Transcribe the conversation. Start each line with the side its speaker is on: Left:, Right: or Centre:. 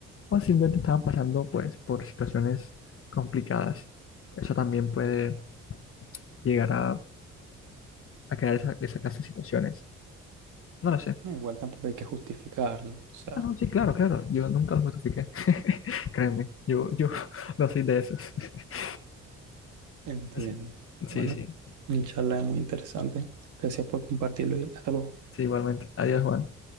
Left: o simplemente estaban pasando pues por situaciones complicadas. Eso también puede llegar a, a crear esa, esa clase de situaciones. No lo sé.
Right: No, igual tampoco hay que justificar, ¿no? O sea,
Left: Ah, no, sí, claro, claro. Yo nunca lo justifiqué. <laughs> Créeme, yo, yo <laughs> no soy de esos. <laughs>
Right: entiendo.
Left: Así- Sí,
Right: Bueno,
Left: sí.
Right: una charla muy interesante. Gracias por compartirlo y hasta luego.
Left: Sí, igualmente. Adiós, Juan.